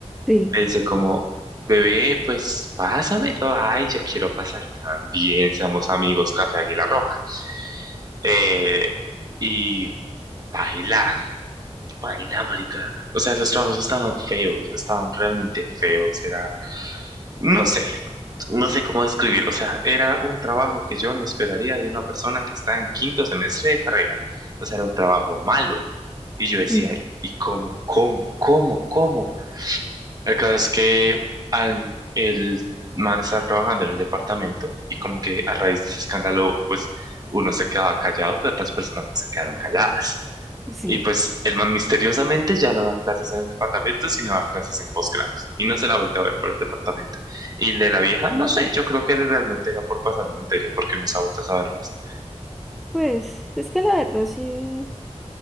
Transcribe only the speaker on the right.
Le dice como, bebé, pues pásamelo. Ay, yo quiero pasar también. Seamos amigos, Café Águila Roja. Eh, y baila, baila, marica. O sea, esos trabajos estaban feos, estaban realmente feos. Era, no sé, no sé cómo describir. O sea, era un trabajo que yo no esperaría de una persona que está en quinto semestre de carrera. O sea, era un trabajo malo. Y yo decía,
¿y cómo, cómo, cómo, cómo? El caso es que al el man estaba trabajando en el departamento y como que a raíz de ese escándalo, pues uno se quedaba callado, pero otras personas no se quedaron calladas.
Y pues el man misteriosamente ya no da clases en el departamento, sino da clases en posgrados. Y no se la ha vuelto a ver por el departamento. Y el de la vieja, no sé, yo creo que realmente era por pasar la materia, porque no se ha vuelto a saber más.